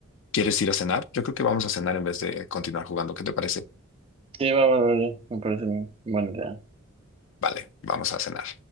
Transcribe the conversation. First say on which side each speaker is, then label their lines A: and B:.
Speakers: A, on the left; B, on the right.
A: ¿quieres ir a cenar? Yo creo que vamos a cenar en vez de continuar jugando, ¿qué te parece?
B: Sí, va, vale, vale, me parece bien. Buena idea.
A: Vale, vamos a cenar.